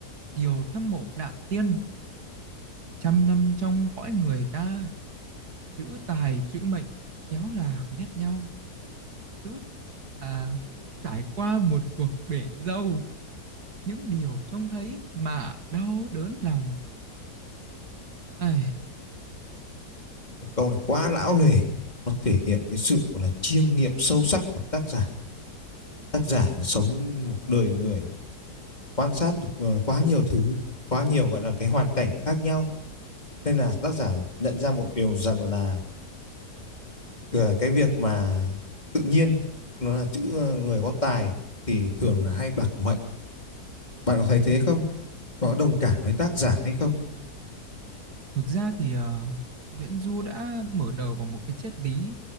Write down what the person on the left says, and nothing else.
Một câu này quá lão lề. Nó thể hiện cái sự gọi là chiêm nghiệm sâu sắc của tác giả. Tác giả là sống một đời người quan sát được ờ, quá nhiều thứ, quá nhiều gọi là cái hoàn cảnh khác nhau. Nên là tác giả nhận ra một điều rằng là ờ, cái việc mà tự nhiên nó là chữ ờ, người có tài thì thường là hay bạc mệnh Bạn có thấy thế không? Bạn có đồng cảm với tác giả hay không?